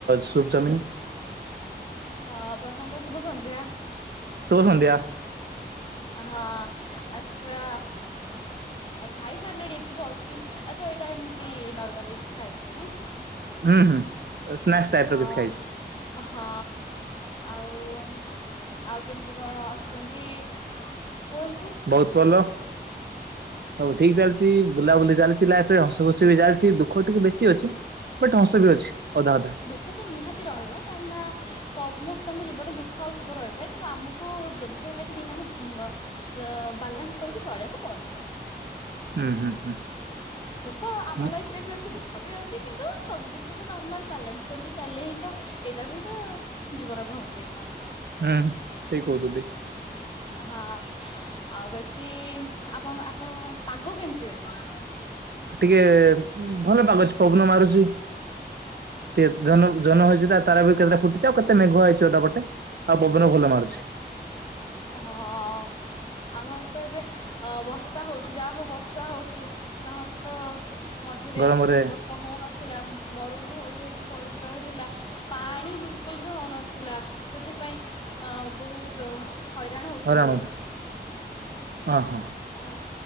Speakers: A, on the right; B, on the left.
A: ସୁପ ଚାଉମିନ୍।
B: ଅ ପ୍ରଥମ ତ ଶୁଭ ସନ୍ଧ୍ୟା।
A: ଶୁଭ ସନ୍ଧ୍ୟା।
B: ହଁ ଆଛା। ଆଉ ଖାଇସାରିଲେଣି ଏତେ ଜଲ୍ଦି ଆଚ୍ଛା ଏଇଟା ଏମିତି ନର୍ମାଲି ଏମିତି ଖାଇଥିବେ ନାଇଁ କି?
A: ହୁଁ ହୁଁ ସ୍ନାକ୍ସ ଟାଇପ୍
B: ହଁ।
A: ର କିଛି ଖାଇଛି।
B: ହଁ। ଆଉ ଆଉ କେମିତି କଣ ଅଛନ୍ତି କୁହନ୍ତୁ?
A: ବହୁତ୍ ଭଲ ସବୁ ଠିକ୍ ଚାଲିଚି। ବୁଲାବୁଲି ଚାଲିଥିଲା ଏତେ ହସ ଖୁସି ବି ଚାଲିଛି ଦୁଃଖ ଟିକେ ବେଶୀ ଅଛି ବଟ୍ ହସ ବି ଅଛି ଅଧା ଅଧା।
B: ଦୁଃଖ ତ ନିହାତି ରହିବ କାହିଁନା ସମସ୍ତଙ୍କ ଜୀବନରେ ଦୁଃଖ ଆଉ ସୁଖ ରହିଥାଏ। କିନ୍ତୁ ଆମକୁ ଯେମିତି ହେଲେ ବି ଦିଟାଙ୍କୁ ମ ବାଲାନ୍ସ କରିକି ଚଳିଇବାକୁ ପଡିବ।
A: ହୁଁ ହୁଁ ହୁଁ
B: ସୁଖ ଆମ
A: ହୁଁ
B: ଲାଇଫ୍ ରେ ବି ଅଛି ଦୁ ଦୁଖ ବି ଅଛି କିନ୍ତୁ ସବୁ କିଛି କୁ ନର୍ମାଲ ବାଲାନ୍ସ କରିକି ଚାଲେ ହିଁ ତ ଏଇଟାକୁ ହିଁ ତ ଜୀବନ କହନ୍ତି।
A: ହୁଁ ଠିକ୍ କହୁଛନ୍ତି।
B: ହଁ ଆଉ ବାକି ଆପଣ ଆପଣଙ୍କ ପାଗ କେମିତି ଅଛି?
A: ଟିକେ ଭଲ ପାଗଅଛି ପବନ ମାରୁଛି। କେତ୍ ଜହ୍ନ କୁ ଜହ୍ନ ଅଛି ତାରା ବି କେତେ ଫୁଟିଛି ଆଉ କେତେ ମେଘୁଆ ହେଇଛି ଅଧାପଟେ। ଆଉ ପବନ ଭଲ ମାରୁଛି।
B: ହଁ। ଆମ ଆଡେ ତ ଏବେ ଅ ବର୍ଷା ହଉଛି ଯାହା ହଉ ବର୍ଷା ହଉଛି ନହେଲେ ତ ମଝିରେ
A: ଗରମରେ
B: ବର୍ଷା ହଉନଥିଲା ମରୁଡି ଭଳି ହେଇକି ପଡିକି ରହିଥିଲା। ପାଣି ବିଲକୁଲ୍ ବି ହଉନଥିଲା ସେଥିପାଇଁ ଅ ବହୁତ୍ ହଇରାଣ ହଉଥିଲୁ।
A: ରାଉତ ହଁ ହଁ
B: ଅ